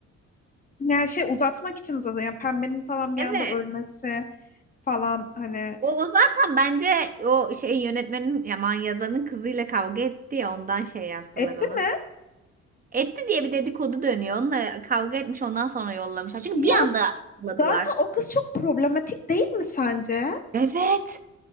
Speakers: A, on the left (about 30°); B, on the right (about 30°).
A: Yani şey uzatmak için uzatıyor. Yani pembenin falan bir
B: Evet.
A: anda ölmesi falan hani
B: O, o zaten bence o şey yönetmenin yaman yazarın kızıyla kavga etti ya ondan şey yaptılar
A: etti
B: onu.
A: mi?
B: Etti diye bir dedikodu dönüyor. Onunla kavga etmiş ondan sonra yollamışlar. Çünkü
A: Ya
B: bir anda yolladılar.
A: Zaten o kız çok problematik değil mi sence?
B: Evet.